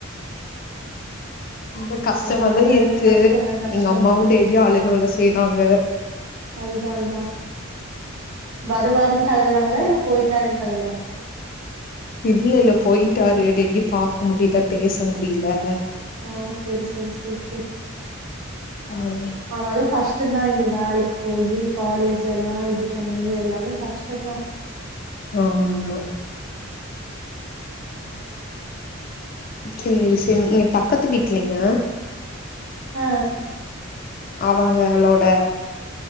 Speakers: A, on the left; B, on the right.
A: ரொம்ப கஷ்டமாதா
B: அதனால
A: இருக்கு
B: கஷ்டந்தா கஷ்டந்தா
A: எங்க அம்மாவு டெய்லியு அழுகவல்லா செய்யறாங்க
B: அதுதா அதா வருவாருன்ட்டு அழுகுறாங்களா இல்ல போயிட்டாருன்ட்டு அழுகுறாங்களா
A: இல்லல்ல போயிட்டாரு டெய்லி பாக்க முடியல பேச முடியல
B: ஓ செரி செரி செரி செரி
A: <unintelligible>
B: ஆனாலு கஷ்டந்தா இனி வேலைக்கு போயி காலேஜ் எல்லா இது பண்ணி எல்லாமே கஷ்டந்தா
A: ஆமா சேரி சேரி இங்க பக்கத்து வீட்லிங்க
B: அ
A: அவுங்களோட